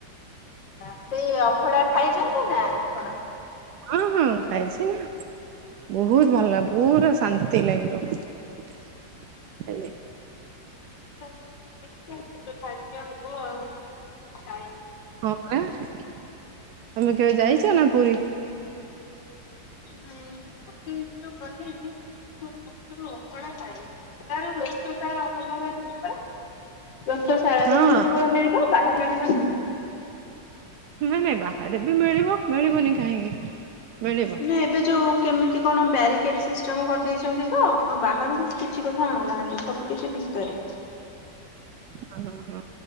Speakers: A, on the left (about 75°); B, on the right (about 70°).
A: ଆ ସେଇ ଅଭଡା ଖାଇଚନ୍ତି ନା ଆପଣ?
B: ହଁ ହଁ ଖାଇଛି ନା ବୋହୁତ ଭଲ ପୁରା ଶାନ୍ତି ଲାଗିବ ଖାଇଲେ।
A: <inaudible> ହବ ଆଉ ଖାଇ
B: ହଁ ପରା। ତମେ କେବେ ଯାଇଚ ନା ପୁରୀ।
A: ନାଇଁ <inaudible> ଭିତରକୁ ଗଲେ <inaudible> କେବଳ ଅବଢା ଖାଏ ତାର <inaudible> ଟା <inaudible> ପରା। ଗଶଶାଳାରେ
B: ହଁ
A: ହିଁ କେବଳ ମିଳିବ ବାହା ମିଳିବନି
B: ନାଇଁ ନାଇଁ ବାହାରେ ବି ମିଳିବ। ମିଳିବନି କାହିଁକି ମିଳିବ।
A: ନା ଏବେ ଯୋଉ କେମିତି କଣ ବ୍ୟାରିକେଟ ସିଷ୍ଟମ କରିଦେଇଛନ୍ତି ତ ଆଉ ବାହାରକୁ କିଛି କଥା ଆଣୁନାହାନ୍ତି ସବୁ କିଛି ଭିତରେ।
B: ହଁ ହଁ